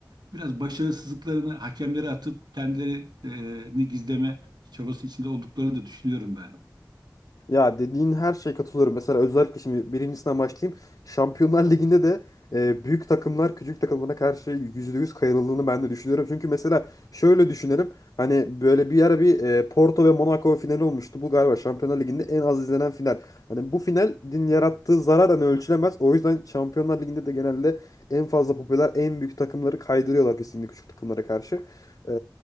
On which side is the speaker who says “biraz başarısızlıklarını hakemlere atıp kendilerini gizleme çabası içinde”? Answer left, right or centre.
Right